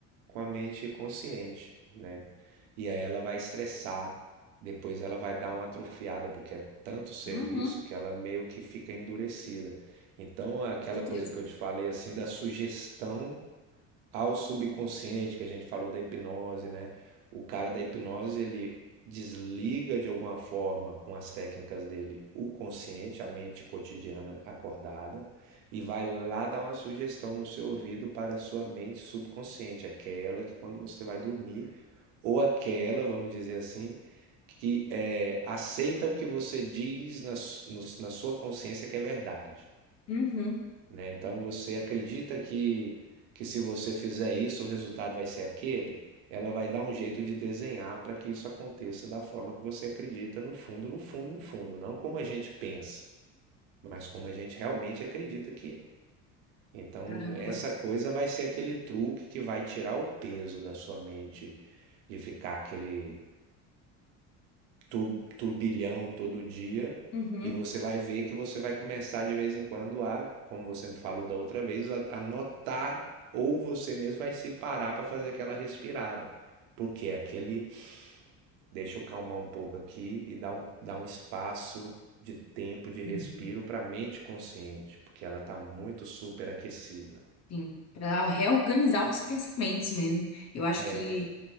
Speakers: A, on the right; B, on the left.
A: com a mente consciente, né? E aí ela vai estressar, depois ela vai dar uma atrofiada, porque é tanto serviço
B: Uhum,
A: que ela meio que fica endurecida. Então, aquela
B: com certeza.
A: coisa que eu te falei assim da sugestão ao subconsciente, que a gente falou da hipnose, né? O cara da hipnose, ele desliga de alguma forma com as técnicas dele o consciente, a mente cotidiana acordada, e vai lá dar uma sugestão no seu ouvido para a sua mente subconsciente, aquela que quando você vai dormir, ou aquela, vamos dizer assim, que é, aceita o que você diz na, no- na sua consciência que é verdade
B: Uhum,
A: né? Então você acredita que, que se você fizer isso, o resultado vai ser aquele? Ela vai dar um jeito de desenhar para que isso aconteça da forma que você acredita, no fundo, no fundo, no fundo, não como a gente pensa, mas como a gente realmente acredita que é. Então,
B: Caramba.
A: essa coisa vai ser aquele truque que vai tirar o peso da sua mente de ficar aquele tur- turbilhão todo dia
B: uhum,
A: e você vai ver que você vai começar de vez em quando a, como você me falou da outra vez, a, a notar ou você mesmo vai se parar para fazer aquela respirada. Porque é aquele, deixa eu calmar um pouco aqui e dar um, dar um espaço de tempo de respiro
B: uhum.
A: para a mente consciente, porque ela está muito superaquecida.
B: Sim, para reorganizar os pensamentos mesmo. Eu acho
A: É
B: que,